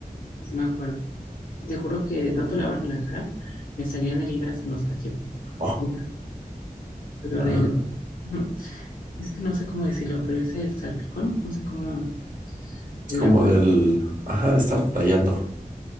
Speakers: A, on the left; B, on the right.
A: y sí me acuerdo. Y te juro que de tanto lavarme la cara, me salían heridas en los cachetes,
B: Oh,
A: heridas. pero
B: ah,
A: del, ujú, es que no sé cómo decirlo, pero es el salpicón, no sé cómo, el
B: es como
A: agua,
B: del, ajá, de estar tallando,